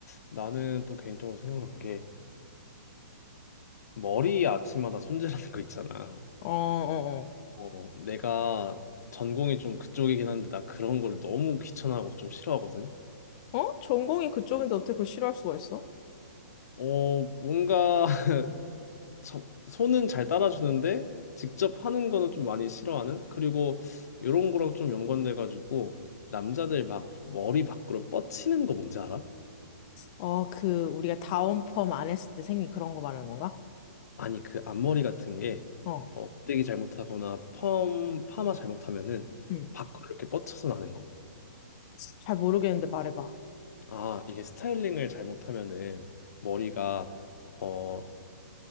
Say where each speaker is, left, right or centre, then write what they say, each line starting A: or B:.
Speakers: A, on the left; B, on the left.
A: 나는 또 개인적으로 생각난 게 머리 아침마다 손질하는 거 있잖아.
B: 어, 어,
A: 어, 내가 전공이 좀 그쪽이긴 한데 나 그런 걸 너무 귀찮아하고 좀 싫어하거든.
B: 어. 어? 전공이 그쪽인데 어떻게 그걸 싫어할 수가 있어?
A: 어, 뭔가 <laughs> 저- 손은 잘 따라주는데 직접 하는 거는 좀 많이 싫어하는? 그리고 이런 거랑 좀 연관돼 가지고 남자들 막 머리 밖으로 뻗치는 거 뭔지 알아?
B: 어, 그, 우리가 다운펌 안 했을 때 생긴 그런 거 말하는 건가?
A: 아니 그 앞머리 같은 게
B: 어,
A: 어, 고데기 잘못하거나 펌 파마 잘못하면은
B: 음.
A: 밖으로 이렇게 뻗쳐서 나는 거.
B: 잘 모르겠는데 말해봐.
A: 아 이게 스타일링을 잘못하면은 머리가 어